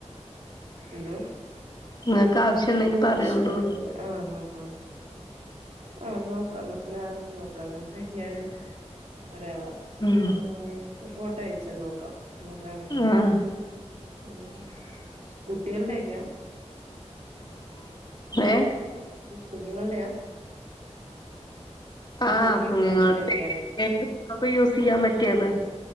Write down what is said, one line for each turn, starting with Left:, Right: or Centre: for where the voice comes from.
Right: എന്തോ
Left: ഇങ്ങൾക്ക് ആവശ്യം ഉണ്ടെങ്കിൽ പറയുണ്ടോ
Right: വിഷുന്റെ പറ ആഹ് ആഹ് ആഹ് ആഹ് നോക്കാം ന നോക്കാം ഞാന് പറയാ
Left: ഉം
Right: ആഹ് ഫോട്ടോ അയച്ച്ന്നാ നോക്കാം നല്ലാതാണെങ്കി നമുക്ക്
Left: ആഹ്
Right: ഉം കുട്ടികളുടെ ഒക്കെയാ
Left: ഏഹ്
Right: കുഞ്ഞുങ്ങളുടെയാ
Left: ആഹ്
Right: കുഞ്ഞി
Left: കുഞ്ഞുങ്ങളെയും
Right: പിള്ളേരുടെയൊക്കെയാ
Left: നമുക്ക് യൂസ് ചെയ്യാൻ പറ്റിയത്